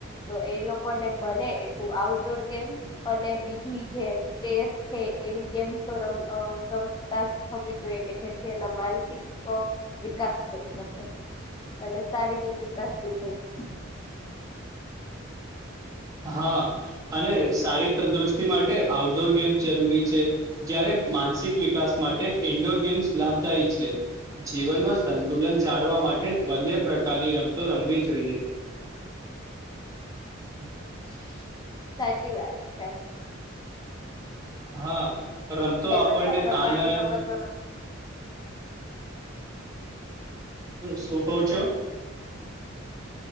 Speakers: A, on the left; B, on the right.
A: તો એ લોકોને બને એટલું આઉટડોર ગેમ્સ અને બીજી જે ચેસ છે. એવી ગેમ્સ રમ અ રમતા શીખવી જોઈએ. કે જેથી એના માનસિક વિકા સ થઈ શકે. અને શારીરિક વિકાસ બી થઈ શકે.
B: <inaudible> હા અને સારી તંદુરસ્તી માટે આઉટડોર ગેમ્સ જરૂરી છે. જયારે માનસિક વિકાસ માટે ઇન્ડોર ગેમ્સ લાભદાયી છે. જીવનમાં સંતુલન જાળવા માટે બંને પ્રશ્ ટાની રમતો રમવી જોઈએ. <unintelligible>
A: સાચી વાત છે.
B: હા રમતો
A: ને
B: આપણને
A: બધા પ્રકારની
B: આનંદ
A: રમતો રમ
B: શું કો છો?